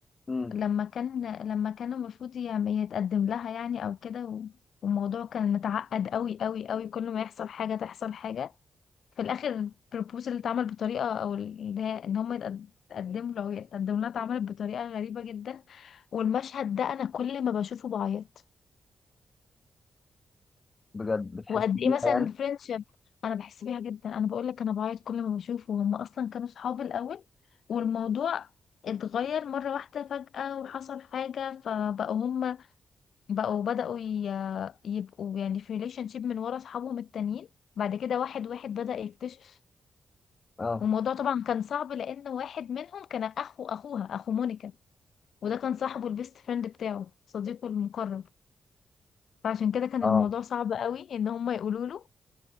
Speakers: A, on the left; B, on the left.
A: امم
B: لما كان لما كان المفروض يعني يتقدم لها يعني او كده و- والموضوع كان متعقد قوي قوي قوي كل ما يحصل حاجة تحصل حاجة في الاخر البروبوزال اللي اتعمل بطريقة او اللي هي ان هم يتقدموا له او يتقدموا لها اتعملت بطريقة غريبة جدا والمشهد ده انا كل ما بشوفه بعيط
A: بجد بتحس
B: وقد
A: بيها
B: ايه مثلا
A: يعني
B: الفرنشيب انا بحس بيها جدا انا بقول لك انا بعيط كل ما بشوفه هم اصلا كانوا صحاب الاول والموضوع اتغير مرة واحدة فجأة وحصل حاجة فبقوا هم بقوا بدأوا ي- يبقوا يعني في ريليشن شيب من ورا اصحابهم التانيين بعد كده واحد واحد بدأ يكتشف
A: اه
B: والموضوع طبعا كان صعب لأن واحد منهم كان أخو أخوها أخو مونيكا وده كان صاحبه البيست فريند بتاعه صديقه المقرب فعشان كده كان
A: اه
B: الموضوع صعب قوي إن هم يقولوا له